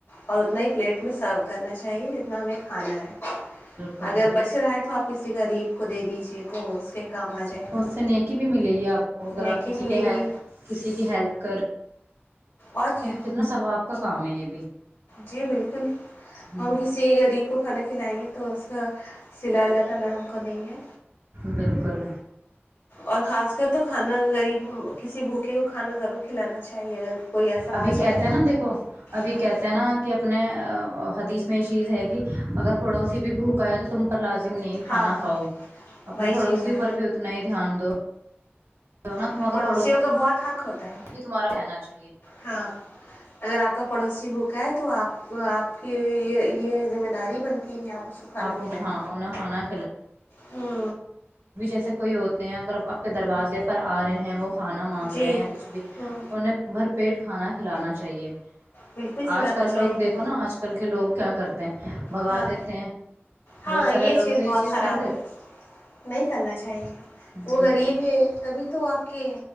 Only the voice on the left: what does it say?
اور اتنا ہی پلیٹ میں سرو کرنا چاہیے جتنا ہمیں ہ ج ہے <unintelligible>
اگر
بچ رہا ہے تو آپ کسی غریب کو دے دیجیے تو اس کے کام آ جائے
گا
نیکی
ملے
گی
اور کیا
جی بالکل
ہم کسی غریب کو کھانا کھلائیں گے تو اس کا سلالت <unintelligible> پل ہم کو دیں گے
اور خاص کر تو کھانا غریب کسی بھوکے کو کھانا ضرور کھلانا چاہیے اگر کوئی ایسا
آ جائے
ہاں
ہاں
وہی
چیز ہے
اپنے
پڑوسیوں
کا بہت حق ہوتا ہے
ہاں اگر آپ کا پڑوسی بھکائے تو آپ آپ کے یہ ذمہ داری بنتی ہے کہ آپ اس کو کھانا کھلائیں
ہ
جی
ہوں
بالکل کھلانا
چاہیے
ہاں
ہاں
یہ
چیز
بہت خراب
ہے نہیں کرنا چاہیے
وہ
غریب ہے تبھی تو آپ کے